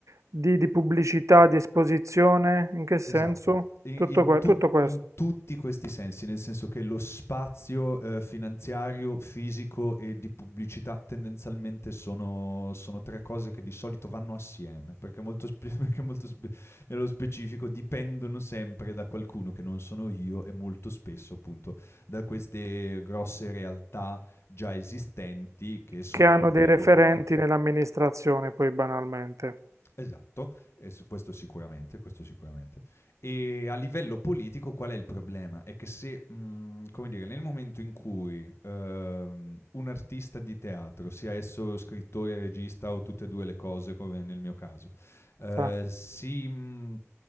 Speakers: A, on the right; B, on the left.
A: di, di pubblicità, di esposizione, in che senso?
B: Esatto. I
A: Tutto,
B: in
A: que-
B: tut
A: tutto questo,
B: in tutti questi sensi, nel senso che lo spazio, ehm, finanziario, fisico e di pubblicità tendenzialmente sono sono 3 cose che di solito vanno assieme, perché molto spe <laughs> perché molto spe nello specifico dipendono sempre da qualcuno che non sono io e molto spesso appunto da queste grosse realtà già esistenti che sono
A: che hanno
B: molto
A: dei
B: ingombranti.
A: referenti nell'amministrazione, poi banalmente.
B: Esatto, e su questo sicuramente, questo sicuramente. E a livello politico qual è il problema? È che se, mh, come dire, nel momento in cui ehm, un artista di teatro, sia esso scrittore, regista o tutte e due le cose, come nel mio caso, eh,
A: sa.
B: si, mh,